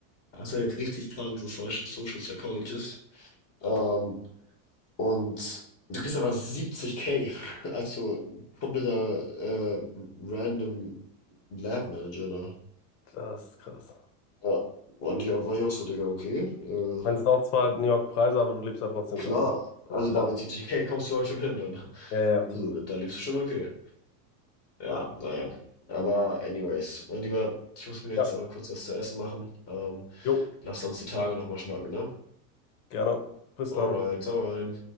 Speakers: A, on the left; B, on the left.
A: er ist halt ein richtig krankes Social Social Psychologist. Ähm, Und du kriegst aber 70k als so <laughs> kompletter äh, random Lab Manager da.
B: Das ist krass. Ich
A: Ja, und ich, war ich auch so, Digga, okay, äh,
B: meine, es sind auch zwar New York Preise, aber du lebst ja trotzdem.
A: klar.
B: Also
A: Also
B: es ist trotz.
A: damit 70k kommst du halt schon hin dann.
B: Ja, ja, absolut.
A: Also da, da lebst du schon okay. Ja,
B: Absolut.
A: naja. Aber anyways, mein Lieber, ich muss mir jetzt
B: Ja,
A: aber kurz was zu essen machen. Ähm,
B: jo,
A: lass uns die Tage nochmal schnacken, ne?
B: gerne. Bis dann.
A: Alright, hau rein.